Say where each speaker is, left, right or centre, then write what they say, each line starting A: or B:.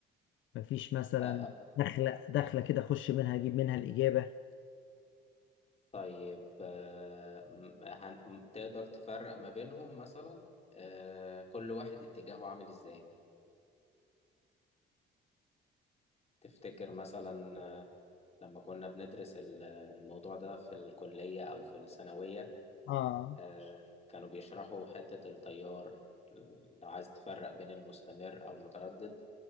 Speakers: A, on the left; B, on the left.
A: مفيش مثلا
B: آه آه،
A: دخلة دخلة كده اخش منها اجيب منها الإجابة
B: طيب آه م- هن... م- تقدر تفرق ما بينهم مثلا آه كل واحد اتجاهه عامل ازاي تفتكر مثلا آه لما كنا بندرس ال- الموضوع ده في الكلية أو في الثانوية
A: اه
B: آه، كانوا بيشرحوا حتة التيار لو عايز تفرق بين المستمر أو المتردد